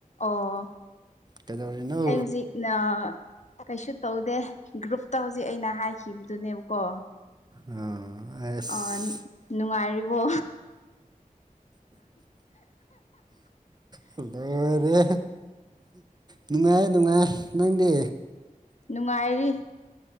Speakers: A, on the left; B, on the right.
A: ꯑꯣ
B: ꯀꯩꯗꯧꯔꯤꯅꯣ
A: ꯑꯩ ꯍꯧꯖꯤꯛ ꯅ ꯀꯩꯁꯨ ꯇꯧꯗꯦ ꯒ꯭ꯔꯨꯞꯇ ꯍꯧꯖꯤꯛ ꯑꯩꯅ ꯍꯥꯏꯈꯤꯕꯗꯨꯅꯦꯕꯀꯣ
B: ꯑꯥ ꯑꯁ
A: ꯑ ꯅꯨꯡꯉꯥꯏꯔꯤꯕꯣ
B: ꯍꯜꯂꯣꯔꯦ ꯅꯨꯡꯉꯥꯏ ꯅꯨꯡꯉꯥꯏ ꯅꯪ ꯄ꯭ꯂꯦ
A: ꯅꯨꯡꯉꯥꯏꯔꯤ